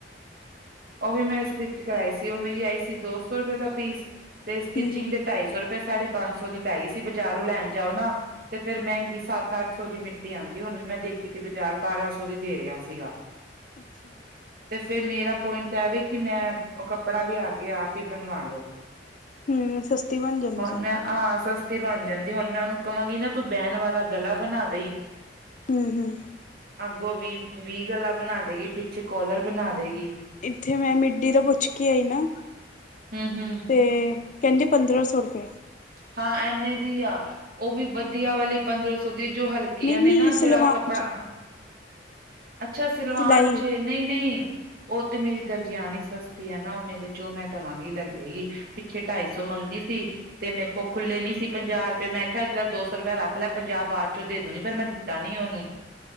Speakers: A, on the right; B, on the left.
A: ਉਹ ਵੀ ਮੈਂ ਸਟਿਚ ਕਰਵਾਾਈ ਸੀ, ਉਹ ਮੇਰੀ ਆਈ ਸੀ ਦੋ ਸੌ ਰੁਪਏ ਦਾ ਪੀਸ। ਤੇ ਸਟਿਚਿੰਗ
B: ਹਮ ਹਮ
A: ਦੇ ਢਾਈ ਸੌ ਰੁਪਏ, ਸਾਢੇ ਪੰਜ ਸੌ ਦੀ ਪੈ ਗਈ ਸੀ, ਬਾਜ਼ਾਰੋਂ ਲੈਣ ਜਾਓ ਨਾ ਤੇ ਫਿਰ ਮਹਿੰਗੀ ਸੱਤ ਅੱਠ ਸੌ ਦੀ ਮਿੱਟੀ ਆਉਂਦੀ, ਹੁਣ ਵੀ ਮੈਂ ਦੇਖੀ ਸੀ ਬਾਜ਼ਾਰ, ਬਾਰਾਂ ਸੌ ਦੀ ਦੇ ਰਿਹਾ ਸੀਗਾ। <unintelligible>
B: ਅੱਛਾ
A: ਤੇ ਫੇਿਰ ਮੇਰਾ ਪੁਆਇੰਟ ਐਵੇ ਕਿ ਮੈਂ ਉਹ ਕੱਪੜਾ ਲਿਆ ਕੇ ਆਪ ਹੀ ਬਣਵਾ ਲੋ
B: ਹੂੰ ਸਸਤੀ ਬਣ ਜਾਂਦੀ
A: ਹੁਣ
B: ਸਗੋਂ
A: ਮੈਂ ਹਾਂ ਸਸਤੀ ਬਣ ਜਾਂਦੀ ਹੁਣ ਮੈਂ ਉਹਨੂੰ ਕਹਾਂਗੀ ਨਾ ਤੂੰ ਬੈਨ ਵਾਲਾ ਗਲਾ ਬਣਾ ਦਈ
B: ਹਮ ਹਮ
A: ਅੱਗੋਂ ਵੀ ਗਲਾਾਂ ਬਣਾ ਦੇਗੀ ਪਿੱਛੇ ਕੋਲਰ ਬਣਾ ਦੇਗੀ
B: ਇੱਥੇ ਮੈਂ ਮਿੱਡੀ ਦਾ ਪੁੱਛ ਕੇ ਆਈ ਨਾ
A: ਹੂੰ ਹੂੰ
B: ਅਤੇ ਕਹਿੰਦੀ ਪੰਦਰਾਂ ਸੌ ਰੁਪਆ
A: ਹਾਂ ਐਨੇ ਦੀ ਆ ਉਹ ਵੀ ਵਧੀਆ ਵਾਲੀ ਪੰਦਰਾਂ ਸੌ ਦੀ ਜੋ ਹਲਕੇ ਹਲਕੀਆਂ
B: ਨਹੀਂ
A: ਨੇ
B: ਨਹੀਂ
A: ਨਾ ਜਿਹੜਾ
B: ਸਲਵਾਨ
A: ਕੱਪੜਾ
B: ਚ
A: ਅੱਛਾ ਸਲਵਾਨ
B: ਸਿਲਾਈ
A: ਚ ਨਹੀਂ ਨਹੀਂ ਉਹ ਤੇ ਮੇਰੀ ਦਰਜਿਆਾਨ ਹੀ ਸਸਤੀ ਹੈ ਨਾ ਉਹ ਮੇਰੇ ਚੋਂ ਮੈਂ ਦੇਵਾਂਗੀ ਲੈ ਲੇਗੀ ਪਿੱਛੇ ਢਾਈ ਸੌ ਮੰਗਦੀ ਸੀ ਤੇ ਮੇਰੇ ਕੋਲ ਖੁੱਲੇ ਨੀ ਸੀ ਪੰਜਾਹ ਰੁਪਏ ਮੈਂ ਕਿਹਾਿਆ ਇਸਦਾ ਦੋ ਸੌ ਰੁਪਇ ਰੱਖ ਲਿਆ ਪੰਜਾਬ ਬਾਅਦ ਚੋਂ ਦੇ ਦੂਗੀ ਪਰ ਮੈਂ ਦਿੱਤਾ ਨੀ ਉਹਨੂੰ